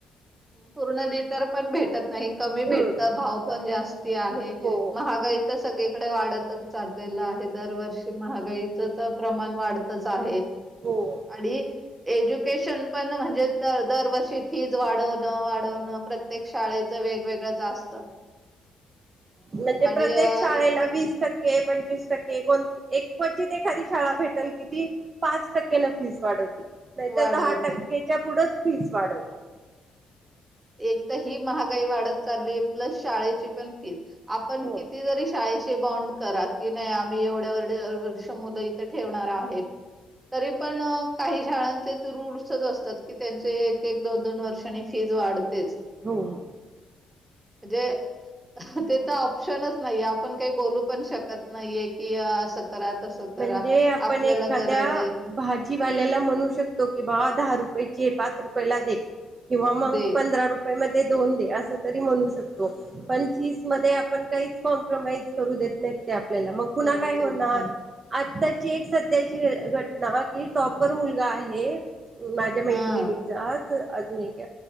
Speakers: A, on the right; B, on the right.
A: पूर्ण लिटर पण भेटत नाही, कमी भेटत
B: हम्म
A: भाव पण
B: कमी
A: जास्ती आहे.
B: हो
A: महागायी तर सगळीकडे वाढतच चाललेलं आहे दरवर्षी महागाईचं तर प्रमाण वाढत तच आहे
B: हो
A: आणि एज्युकेशन पण म्हणजे दरवर्षी फीज वाढवणं, वाढवणं. प्रत्येक शाळेचं वेगवेगळंच असतं.
B: म्हणजे
A: आणि
B: प्रत्येक
A: अ,
B: शाळेला
A: इत
B: वीस टक्के पंचवीस टक्के कोणती एक क्वचित एखादी शाळा भेटेल कि ती -- पाच टक्क्यान फीस वाढवती नाहीतर
A: वाढवते.
B: दहा टक्केच्या पुढेच फीस वाढवतात.
A: एक तर ही महागाई वाढत चालली. प्लस शाळेची पण फीज, आपण
B: हो
A: किती जरी शाळे बॉन्ड करा की नाही आम्ही एवढ्या एवढ्या वर्ष मुलं इथे ठेवणार आहेत. तरी पण काही शाळांचे रूल्सच असतात की त्यांचे एक एक दोन दोन वर्षांनी फीज वा -- ढतेच
B: हो
A: म्हणजे ते तर ऑप्शनच नाहीय. आपण काही बोलू पण शकत नाहीये, की असं -- करा तसं करा
B: म्हणजे आपण
A: आपल्याला
B: एखाद्या
A: गरज हाय.
B: भाजीवाल्याला म्हणू शकतो की बावा दहा रुपयाची आहे पाच रुपयाला दे. किंवा मग
A: दे
B: पंधरा रुपये म दोन दे अस तरी म्हणू शकतो. पण फीस मध्ये आपण काहीच कॉम्प्रोमाइज करू देत नाही ते आपल्याला. मग पुन्हा
A: करू
B: काय
A: देत
B: होणार?
A: नाही
B: आत्ताची एक सध्याची घटना की टॉपर मुलगा आहे. माझ्या मैत्रिणीचाच,
A: हा
B: अजून एक,